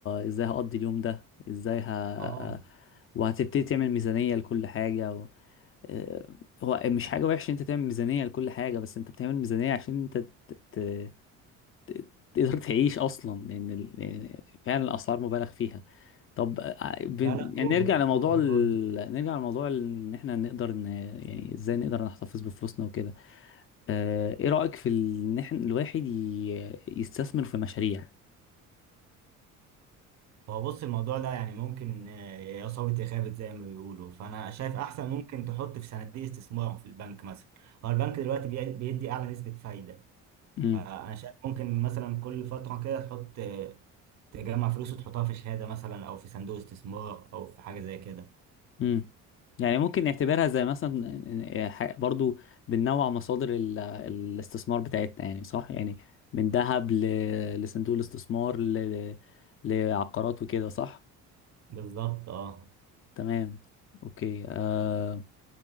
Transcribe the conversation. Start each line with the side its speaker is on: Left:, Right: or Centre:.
Left: ازاي هقضي اليوم ده ازاي ه...
Right: اه
Left: وهتبتدي تعمل ميزانية لكل حاجة و... آه، هو مش حاجة وحشة انت تعمل ميزانية لكل حاجة بس انت بتعمل ميزانية عشان انت ت... ت... ت- تقدر تعيش اصلا لان ال- لأن فعلا الاسعار مبالغ فيها طب آه، ب...
Right: لا لا
Left: يعني
Right: اوفر
Left: نرجع لموضوع
Right: اوفر
Left: ال...
Right: خالص
Left: نرجع لموضوع ال- ان احنا نقدر ن... يعني ازاي نقدر نحتفظ بفلوسنا وكده آه، ايه رأيك في ال- ان احنا الواحد ي... يستثمر في مشاريع
Right: هو بص الموضوع ده يعني ممكن آه، يا صابت يا خابت زي ما بيقولوا فانا شايف احسن ممكن تحط في صناديق استثمار في البنك مثلا هو البنك دلوقتي بي- بيدي اعلى نسبة فايدة
Left: امم
Right: فانا شايف ممكن مثلا كل فترة كده تحط آه، تجمع فلوس وتحطها في شهادة مثلا او في صندوق استثمار او في حاجة زي كده
Left: امم يعني ممكن نعتبرها زي مثلا إن- ح- برضو بننوع مصادر ال- الاستثمار بتاعتنا يعني صح يعني من ذهب ل... لصندوق الاستثمار ل... لعقارات وكده صح
Right: بالظبط اه
Left: تمام اوكي آه...